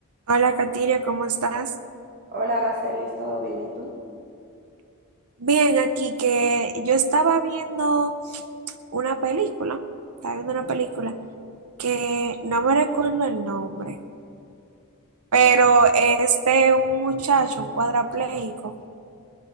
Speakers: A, on the right; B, on the right.
A: Hola, Katiria, ¿cómo estás?
B: Hola, Araceli, ¿todo bien? ¿Y tú?
A: Bien, aquí que yo estaba viendo una película, estaba viendo una película que no me recuerdo el nombre, pero es de un muchacho, un cuadrapléjico,